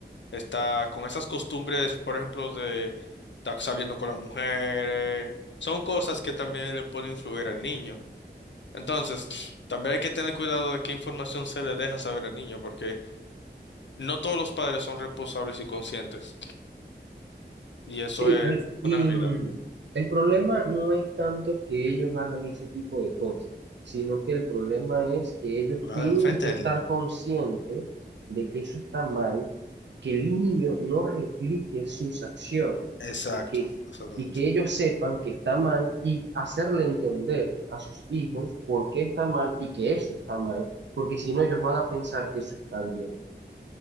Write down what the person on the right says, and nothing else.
Sí,
re- y
mm, el problema no es tanto que ellos hagan ese tipo de cosas, sino que el problema es que ellos
tienen
que
estar
conscientes de que eso está mal, que el niño no replique sus acciones
y que,
y que ellos sepan que está mal y hacerle entender a sus hijos por qué está mal y que eso está mal, porque si no ellos van a pensar que eso está bien.